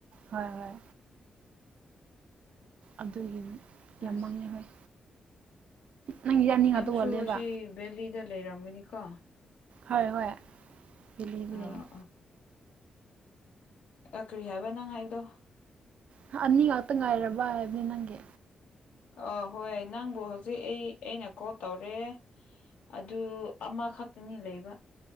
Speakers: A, on the right (about 70°); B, on the left (about 80°).
A: ꯍꯣꯏ ꯍꯣꯏ꯫ ꯑꯗꯨꯒꯤ ꯌꯥꯝ
B: ꯑꯁ
A: ꯃꯥꯡꯉꯦ ꯍꯥꯏ ꯅꯪ ꯑꯅꯤ ꯉꯥꯛꯇ
B: ꯅꯪꯁꯨ
A: ꯋꯥꯠꯂꯦꯕ꯫
B: ꯁꯤ ꯕꯦꯂꯤꯗ ꯂꯩꯔꯝꯒꯅꯤꯀꯣ꯫
A: ꯍꯣꯏ ꯍꯣꯏ ꯕꯦꯂꯤꯗ
B: ꯑꯥ
A: ꯂꯩꯌꯦ꯫
B: ꯑꯥ ꯀ꯭ꯔꯤ ꯍꯥꯏꯕ ꯅꯪ ꯍꯥꯏꯕꯗꯣ꯫
A: ꯍꯥ ꯑꯅꯤ ꯉꯥꯛꯇ ꯉꯥꯏꯔꯕ ꯍꯥꯏꯕꯅꯤ ꯅꯪꯒꯤ꯫
B: ꯑꯥ ꯍꯣꯏ ꯅꯪꯕꯨ ꯍꯧꯖꯤꯛ ꯑꯩ ꯑꯩꯅ ꯀꯣꯜ ꯇꯧꯔꯦ ꯑꯗꯨ ꯑꯃꯈꯛꯇꯅꯤ ꯂꯩꯕ